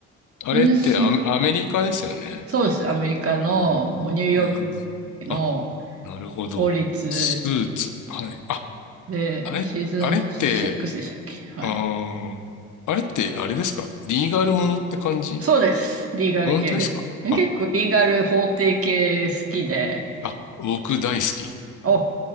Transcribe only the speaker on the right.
シーズンシックス
そうです。アメリカの、
もうニューヨーク
の
法律
で、
シーズン6でしたっけはい。
そうです。リーガル系で。
え結構リーガル法廷系好きで、
お、